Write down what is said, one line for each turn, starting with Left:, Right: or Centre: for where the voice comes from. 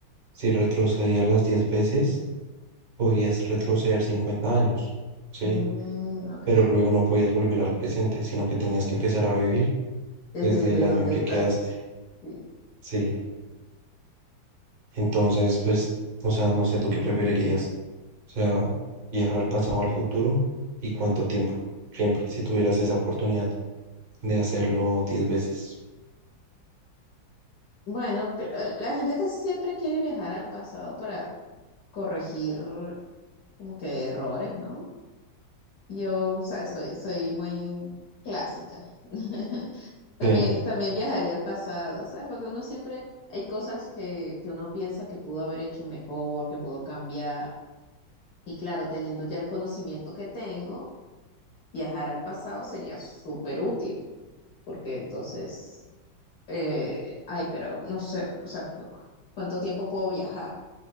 Right: si retrocedía las 10 veces, podías retroceder 50 años, ¿sí?
Left: Mm, ok.
Right: Pero luego no podías volver al presente, sino que tenías que empezar a vivir
Left: ¿Desde
Right: desde
Left: de
Right: el año
Left: dónde
Right: en que
Left: estás?
Right: quedaste,
Left: Sí.
Right: ¿sí? Entonces, pues, o sea, no sé tú qué preferirías. O sea, viajar al pasado o al futuro y cuánto tiempo, siempre, si tuvieras esa oportunidad de hacerlo 10 veces.
Left: Bueno, cre- la la gente que siempre quiere viajar al pasado para corregir como que errores, ¿no? Yo, o sea, soy, soy muy clásica. <laughs> También,
Right: Sí.
Left: también viajaría al pasado, ¿sabes? Porque uno siempre, hay cosas que, que uno piensa que pudo haber hecho mejor, que pudo cambiar. Y claro, teniendo ya el conocimiento que tengo, viajar al pasado sería súper útil, porque entonces, eh, ay, pero no sé, o sea, cu- cu- ¿cuánto tiempo puedo viajar?